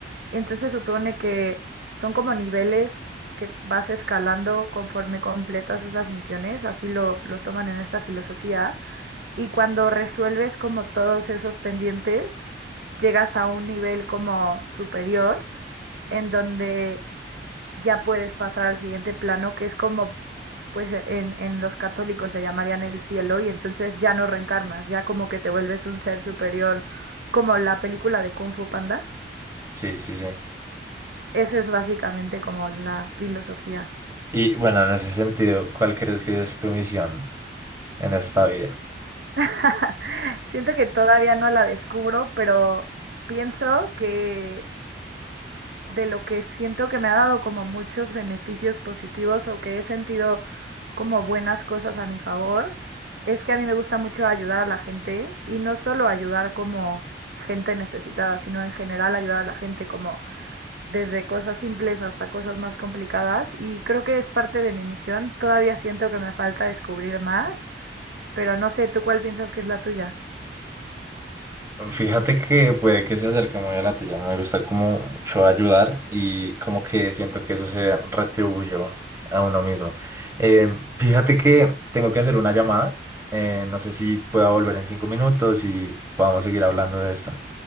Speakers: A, on the right (about 80°); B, on the right (about 15°).
A: Entonces supone que son como niveles que vas escalando conforme completas esas misiones, así lo, lo toman en esta filosofía. Y cuando resuelves como todos esos pendientes, llegas a un nivel como superior, en donde ya puedes pasar al siguiente plano, que es como, pues e, en, en los católicos le llamarían el cielo, y entonces ya no reencarnas, ya como que te vuelves un ser superior, como la película de Kung Fu Panda.
B: Sí, sí, sí.
A: Esa es básicamente como la filosofía.
B: Y bueno, en ese sentido, ¿cuál crees que es tu misión en esta vida?
A: <laughs> Siento que todavía no la descubro, pero pienso que de lo que siento que me ha dado como muchos beneficios positivos o que he sentido como buenas cosas a mi favor, es que a mí me gusta mucho ayudar a la gente y no solo ayudar como gente necesitada, sino en general ayudar a la gente como desde cosas simples hasta cosas más complicadas y creo que es parte de mi misión. Todavía siento que me falta descubrir más. pero no sé, ¿tú cuál piensas que es la tuya?
B: Fíjate que puede que se acerque muy a la tuya. Me gusta como mucho ayudar y como que siento que eso se retribuyó a uno mismo. Eh, fíjate que tengo que hacer una llamada. Eh, no sé si pueda volver en cinco minutos y podamos seguir hablando de esto.